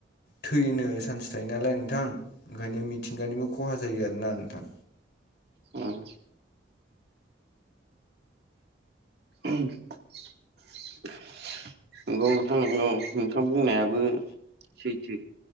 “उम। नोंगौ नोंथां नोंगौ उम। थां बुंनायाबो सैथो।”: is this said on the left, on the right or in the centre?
Right